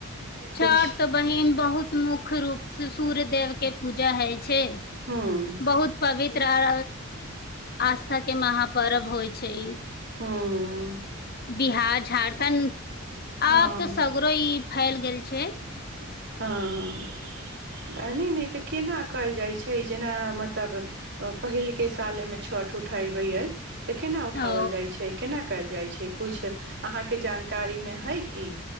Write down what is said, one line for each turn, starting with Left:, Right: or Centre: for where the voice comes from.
Left: छठ
Right: किछु
Left: बहिन बहुत मुख्य रूपस सूर्यदेवके पूजा होइ छै
Right: हूँ
Left: बहुत पवित्र आर आस्था के महापर्व होइ छै ई
Right: हँ
Left: बिहार झारखंड
Right: हँ
Left: आब त सगरो ई फैल गेल छै
Right: हँ नै नै तऽ केना कयल जाइत छै जेना मतलब पहिलके सालमे छठ उठे बै अय तऽ केना उठाओल
Left: ओ
Right: जाइ छै केना कयल जाइ छै किछु अहाँके जानकारीमे हइ कि